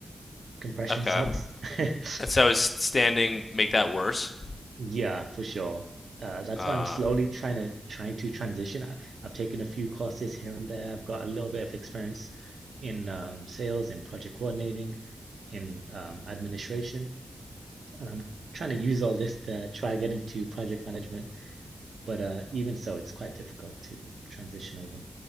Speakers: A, on the right (about 80°); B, on the left (about 45°).
A: compression
B: Okay,
A: socks. <laughs>
B: and so is standing make that worse?
A: Yeah, for sure. Uh, that's
B: Uh,
A: why I'm slowly trying to trying to transition. I, I've taken a few courses here and there. I've got a little bit of experience in um, sales, in project coordinating, in um, administration, and I'm trying to use all this to try to get into project management. But uh, even so, it's quite difficult to transition over.